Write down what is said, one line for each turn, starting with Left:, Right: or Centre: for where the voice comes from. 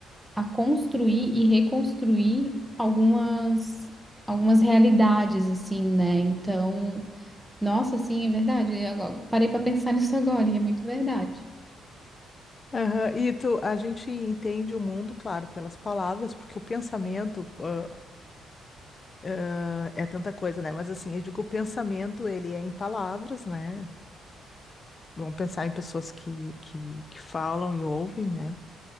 Centre: a construir e reconstruir algumas algumas realidades assim, né? Então, nossa, sim, é verdade. Eu agora- parei para pensar <laughs> nisso agora e é muito verdade.
Left: Aham, E tu, a gente entende o mundo, claro, pelas palavras, porque o pensamento ah, ah, é tanta coisa, né? Mas assim, eu digo, o pensamento, ele é em palavras, né? Vamos pensar em pessoas que, que, que falam e ouvem, né?